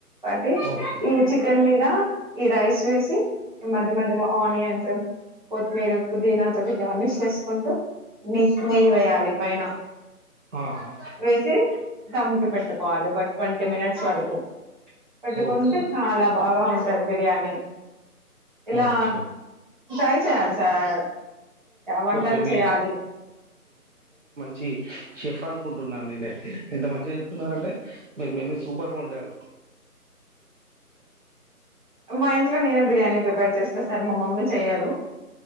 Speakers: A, on the right; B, on the right.
A: బట్టి
B: ఓకే
A: ఈ చికెన్ మీ ఈ రైస్ వేసి మధ్య మధ్యలో ఆనియన్స్ కొతిమీర పుదినా తోటి గర్లిష్ చేసుకుంటే మీ నెయ్యి వేయాలి పైన
B: ఆహా
A: వేసి ధంమ్కి పెట్టుకోవాలి ఒక ట్వంటీ మినిట్స్ వరకు పట్టుకుంటే
B: ఓకే
A: చాలా బాగా ఉంటది బిర్యానీ ఇలా
B: ఓకే
A: ట్రై చేయాలి సార్ వంటలు
B: ఓకే మీ
A: చేయాలి
B: చి చెఫ్ అనుకుంటున్నాను నేనైతే ఇంత మంచిగ తున్నారంటే మీరు మేబి సూపర్గా వన్డారు
A: మా ఇంట్లో నేనే బిర్యానీ ప్రిపేర్ చేస్తా సార్ మా మమ్మీ చెయ్యరు